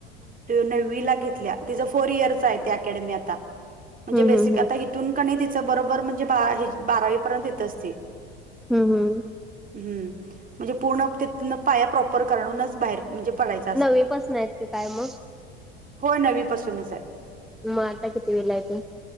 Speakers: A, on the right; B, in the centre.
A: नववी ला घेतल फोर इयर च आहे ते अकॅडमी आता
B: हम्म
A: बेसिक
B: हम्म हम्म
A: आता तथून कण तिचं बरोबर म्हणजे बारावी पर्यंत येतच ती
B: हम् हम
A: हम्म म्हणजे पूर्ण तथन पाया प्रॉपर करणूनच बाहेर म्हणजे पडायच
B: नवी पासन आहेत कि काय मग
A: हो नवीपासूनच आहे
B: मग आता कितवीला तो